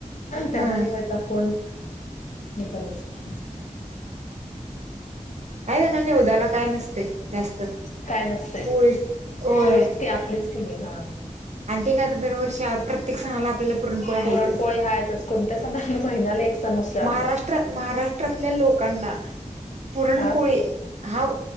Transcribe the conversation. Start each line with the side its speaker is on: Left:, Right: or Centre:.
Left: त्यांना
Right: हं
Left: निवद दाखवून करायच
Right: काही निवदाला काय नसत जास्त
Left: काय नसतंय
Right: पोळी होय
Left: पोळीच की आपलीच की हा
Right: आणि ते काय आता दरवर्षी प्रत्येक सणाला आपल्याला पुरणपोळ्या हायतच.
Left: पुरणपोळी हायच कोणत्या सणाला महिना्याला एक सण असतो आपला
Right: महाराष्ट्रात महाराष्ट्रातल्या लोकांना पुरणपोळी
Left: हा
Right: हा